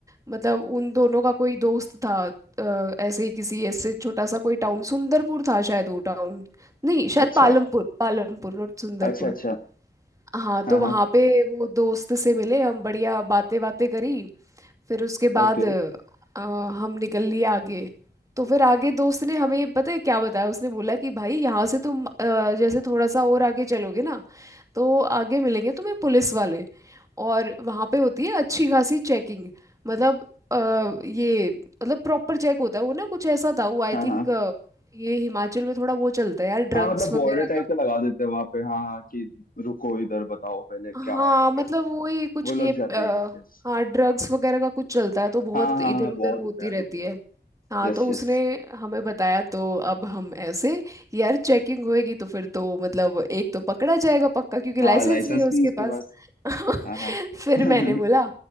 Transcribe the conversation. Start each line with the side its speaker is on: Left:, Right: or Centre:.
Right: मतलब उन दोनों का कोई दोस्त था अ, ऐसे ही किसी ऐसे छोटा सा कोई टाउन सुंदरपुर था शायद वो टाउन नहीं शायद
Left: अच्छा
Right: पालमपुर पालमपुर नॉट सुंदरपुर
Left: अच्छा अच्छा
Right: हाँ तो
Left: हाँ
Right: वहाँ
Left: हाँ
Right: पे वो दोस्त से मिले हम बढ़िया बातें बातें करी फिर उसके बाद
Left: ओके
Right: अ, हम निकल लिए आगे तो फिर आगे दोस्त ने हमें पता है क्या बताया उसने बोला कि भाई यहाँ से तुम अ, जैसे थोड़ा सा और आगे चलोगे ना तो आगे मिलेंगे तुम्हें पुलिस वाले और वहाँ पे होती है अच्छी खासी चेकिंग मतलब अ, ये मतलब प्रॉपर चेक होता है वो ना कुछ ऐसा था वो आई
Left: हाँ
Right: थिंक
Left: हाँ
Right: ये हिमाचल में थोड़ा वो चलता है यार ड्रग्स
Left: हाँ मतलब
Right: वगैरह
Left: बॉर्डर टाइप का लगा देते हैं वहां पे हाँ हाँ कि रुको इधर बताओ पहले क्या
Right: हाँ
Left: है
Right: मतलब
Left: कैसे है।
Right: वही कुछ
Left: वो लग
Right: ये
Left: जाते
Right: आ,
Left: हैं यस यस
Right: हाँ ड्रग्स वगैरह का कुछ चलता है तो बहुत
Left: हाँ हाँ
Right: इधर
Left: हाँ
Right: उधर
Left: बहुत
Right: होती
Left: होता है यार
Right: रहती
Left: वहाँ पे
Right: है हाँ
Left: Yes
Right: तो
Left: yes
Right: उसने हमें बताया तो अब हम ऐसे यार चेकिंग होएगी तो फिर तो मतलब एक तो पकड़ा जाएगा पक्का क्योंकि
Left: हाँ
Right: लाइसेंस
Left: लाइसेंस
Right: नहीं है उसके
Left: भी इसके
Right: पास
Left: पास
Right: <laughs>
Left: हाँ हाँ
Right: फिर
Left: <laughs>
Right: मैंने बोला